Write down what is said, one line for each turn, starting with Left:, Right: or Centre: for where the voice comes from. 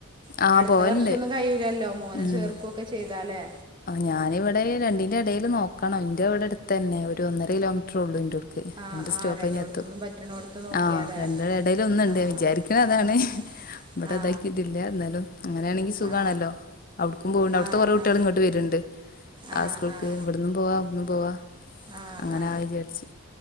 Right: ഇനി
Left: ആഹ്
Right: അടുത്ത
Left: പോവല്ണ്ട്
Right: വർഷൊന്നും കഴിയൂലല്ലോ മോനേ
Left: ഉം
Right: ചേർ കൊക്കെ ചെയ്താലേ
Left: ഞാനിവിടെ രണ്ടിന്റെ ഇടയിൽ നോക്കണം ഇന്റെ ഇവിടെ അടുത്ത് തന്നെ ഒരു ഒന്നര കിലോമീറ്റർ ഉള്ളു ഇന്റോടിക്ക്
Right: ആ
Left: രണ്ട് സ്റ്റോപ്പ്
Right: ആ രണ്ടിടത്തുനിന്നും
Left: കഴിഞ്ഞ എത്തും
Right: പറ്റണോടത്ത് നോക്കിയാലേ
Left: ആഹ് രണ്ടിന്റെ ഇടൽ ഒന്ന് ഇണ്ട്
Right: ആ
Left: വിചാരിക്കണ് അതാണ്
Right: ആ
Left: ഇവിടെതാക്കിയിട്ടില്ല
Right: ആ
Left: എന്നാലും അങ്ങനെയാണെങ്കി സുഖാണല്ലോ
Right: ആ ആ
Left: അവിടുക്കും പോകണ്ട് അവിത്തെ
Right: ആ
Left: കുറെ കുട്ടികളെ
Right: ആ
Left: കിട്ടും വരുണ്ട് ആഹ്
Right: ആ
Left: സ്കൂൾക്ക്
Right: ആ
Left: ഇവിടന്നും പോവാ അവിടന്നും പോവാ
Right: ആ
Left: അങ്ങനെ ആഹ് വിചരിച്ച്